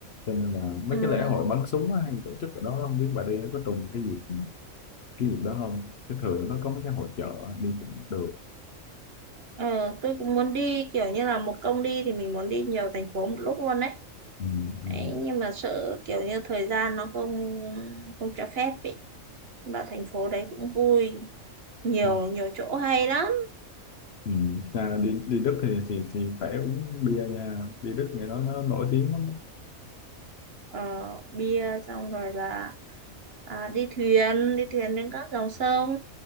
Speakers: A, on the left; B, on the right.
A: cho nên là mấy
B: ừm,
A: cái lễ hội bắn súng á, hay tổ chức ở đó không biết bà đi nó có trùng cái gì cái dịp đó không chứ thường nó có mấy cái hội chợ đi cũng được
B: ờ, tôi cũng muốn đi kiểu như là một công đi thì mình muốn đi nhiều thành phố một lúc luôn đấy.
A: ừ,
B: Đấy,
A: ừ,
B: nhưng mà sợ kiểu như thời gian nó không không cho phép ý. Mà thành phố đấy cũng vui, nhiều
A: ừ,
B: nhiều chỗ hay lắm.
A: ừ. À, đi đi Đức thì, thì thì phải uống bia nha bia Đức ngày đó nó nổi tiếng lắm á.
B: Ờ, bia xong rồi là à, đi thuyền, đi thuyền trên các dòng sông.